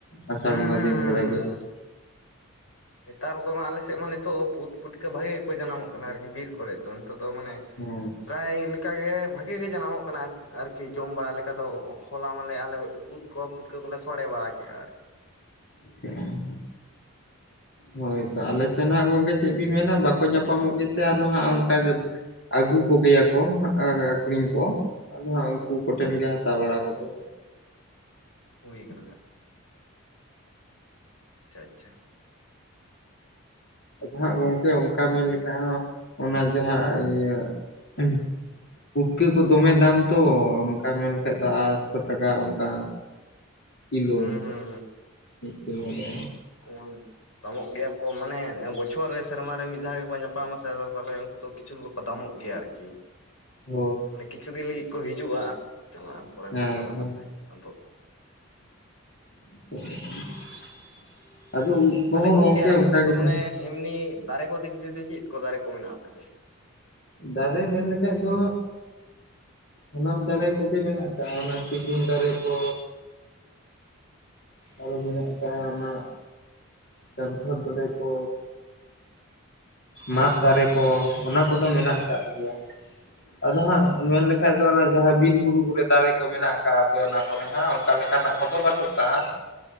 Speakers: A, on the left; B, on the left.
A: ᱟᱥᱟᱲ
B: ᱦᱩᱸ
A: ᱵᱚᱸᱜᱟ
B: ᱦᱩᱸ ᱦᱩᱸ ᱦᱩᱸ
A: ᱫᱤᱱ ᱠᱚᱨᱮ
B: ᱦᱩᱸ
A: ᱜᱮ ᱾
B: ᱦᱩᱸ ᱱᱮᱛᱟᱨ ᱠᱚᱢᱟ ᱟᱞᱮ ᱥᱮᱫ ᱢᱟ ᱱᱤᱛᱚᱜ ᱩᱫ ᱯᱩᱴᱠᱟᱹ ᱵᱷᱟᱜᱤ ᱜᱮᱠᱚ ᱡᱟᱱᱟᱢᱚᱜ ᱠᱟᱱᱟ ᱟᱨᱠᱤ, ᱵᱤᱨ ᱠᱚᱨᱮ ᱫᱚ ᱱᱤᱛᱚᱜ ᱫᱚ ᱢᱟᱱᱮ ᱾
A: ᱦᱮᱸ
B: ᱯᱨᱟᱭ ᱞᱮᱠᱟ ᱜᱮ ᱵᱷᱟᱜᱮ ᱜᱮ ᱡᱟᱱᱟᱢᱚᱜ ᱠᱟᱱᱟ ᱟᱨᱠᱤ ᱡᱚᱢ ᱵᱟᱲᱟ ᱞᱮᱠᱟ ᱫᱚ ᱦᱚᱞᱟ ᱢᱟᱞᱮ ᱟᱞᱮ ᱩᱫ ᱠᱚ ᱯᱩᱴᱠᱟᱹ ᱠᱚᱞᱮ ᱥᱚᱲᱮ ᱵᱟᱲᱟ ᱠᱮᱜᱼᱟ ᱟᱨᱠᱤ᱾
A: <unintelligible> ᱦᱳᱭᱛᱚ ᱟᱞᱮ ᱥᱮᱱ ᱱᱟᱜ ᱜᱚᱝᱠᱮ ᱪᱮᱫ ᱵᱤᱱ ᱢᱮᱱᱟ ᱵᱟᱠᱚ ᱧᱟᱯᱟᱢᱚᱜ ᱜᱮᱛᱮ ᱟᱫᱚ ᱦᱟᱸᱜ ᱚᱱᱠᱟ ᱜᱮ ᱟᱹᱜᱩ ᱠᱚᱜᱮᱭᱟ ᱠᱚ ᱟᱹᱠᱷᱨᱤᱧ ᱠᱚ᱾ ᱟᱫᱚ ᱦᱟᱸᱜ ᱩᱱᱠᱩ ᱠᱚᱴᱷᱮᱱ ᱜᱮ ᱦᱟᱛᱟ ᱵᱟᱲᱟ ᱠᱚᱫᱚ᱾
B: ᱦᱩᱭ ᱠᱟᱱᱟ ᱦᱟᱸᱜ ᱟᱪᱪᱷᱟ ᱟᱪᱪᱷᱟ
A: ᱟᱫᱚ ᱦᱟᱸᱜ ᱜᱚᱢᱠᱮ ᱚᱱᱠᱟ ᱢᱮᱱ ᱞᱮᱠᱷᱟᱡ ᱦᱚᱸ ᱚᱱᱟ ᱡᱟᱦᱟᱸ ᱤᱭᱟᱹ ᱩᱸᱦ ᱯᱷᱩᱴᱠᱟᱹ ᱠᱚ ᱫᱚᱢᱮ ᱫᱟᱢ ᱛᱚ ᱚᱱᱠᱟ ᱢᱮᱱᱠᱟᱡ ᱫᱚ ᱟᱴᱥᱚ ᱴᱟᱠᱟ ᱚᱱᱠᱟ ᱠᱤᱞᱳ
B: ᱦᱩᱸ ᱦᱩᱸ
A: ᱢᱤᱜ ᱠᱤᱞᱳ ᱨᱮ᱾
B: <unintelligible> ᱛᱟᱢᱚᱜ ᱜᱮᱭᱟ ᱠᱚ ᱢᱟᱱᱮ ᱵᱚᱪᱷᱚᱨ ᱨᱮ ᱥᱮᱨᱢᱟ ᱨᱮ ᱢᱤᱫ ᱫᱷᱟᱣ ᱜᱮᱠᱚ ᱧᱟᱯᱟᱢᱟᱥᱮ ᱟᱫᱚ ᱛᱟᱦᱞᱮ ᱛᱚ ᱠᱤᱪᱷᱩ ᱫᱚᱠᱚ ᱫᱟᱢᱚᱜ ᱜᱮᱭᱟ ᱟᱨᱠᱤ᱾
A: ᱦᱳ
B: ᱢᱟᱱᱮ ᱠᱤᱪᱷᱩ ᱫᱤᱱ ᱞᱟᱹᱜᱤᱫ ᱠᱚ ᱦᱤᱡᱩᱜᱼᱟ ᱪᱟᱞᱟᱜᱼᱟ ᱯᱚᱨᱮᱨ
A: ᱦᱮᱸ
B: ᱵᱚᱪᱷᱚᱨ ᱟᱫᱚ
A: ᱦᱮᱸ
B: ᱟᱫᱚ
A: <inaudible> ᱟᱫᱚ ᱩᱫ ᱠᱚᱦᱚᱸ
B: ᱛᱟᱞᱦᱮ ᱜᱚᱝᱠᱮ ᱟᱯᱮ
A: ᱚᱱᱠᱟ
B: ᱥᱮᱫ ᱫᱚ
A: ᱜᱮᱛᱚ
B: ᱢᱟᱱᱮ ᱮᱢᱱᱤ ᱫᱟᱨᱮ ᱠᱚ ᱫᱤᱠ ᱫᱤᱫᱤ ᱪᱮᱫ ᱠᱚ ᱫᱟᱨᱮ ᱠᱚ ᱢᱮᱱᱟᱜᱼᱟ ᱟᱯᱮᱥᱮᱫ?
A: ᱫᱟᱨᱮ ᱢᱮᱱ ᱞᱮᱠᱷᱟᱡ ᱫᱚ ᱥᱟᱱᱟᱢ ᱫᱟᱨᱮ ᱠᱚᱜᱮ ᱢᱮᱱᱟᱜ ᱟᱠᱟᱜᱼᱟ ᱚᱱᱟ ᱥᱤᱜᱩᱱ ᱫᱟᱨᱮ ᱠᱚ ᱚᱞ ᱢᱮᱱᱟᱜ ᱟᱠᱟᱜ-ᱟ ᱚᱱᱟ ᱠᱟᱱᱴᱷᱟᱲ ᱫᱟᱨᱮ ᱠᱚ, ᱢᱟᱜ ᱫᱟᱨᱮ ᱠᱚ, ᱚᱱᱟ ᱠᱚᱫᱚ ᱢᱮᱱᱟᱜ ᱟᱠᱟᱫ ᱜᱮᱭᱟ᱾ ᱟᱫᱚ ᱦᱟᱸᱜ ᱢᱮᱱ
B: ᱚ
A: ᱞᱮᱠᱷᱟᱱ ᱚᱱᱟ ᱡᱟᱦᱟᱸ ᱵᱤᱨ ᱵᱩᱨᱩ ᱠᱚᱨᱮ ᱫᱟᱨᱮ ᱠᱚ ᱢᱮᱱᱟᱜ ᱟᱠᱟᱜ-ᱟ ᱟᱯᱮ ᱚᱱᱟ ᱠᱚᱨᱮ ᱦᱟᱸᱜ ᱚᱱᱠᱟ ᱞᱮᱠᱟᱱᱟᱜ ᱠᱚᱫᱚ ᱵᱟᱹᱱᱩᱜ ᱠᱟᱜᱼᱟ᱾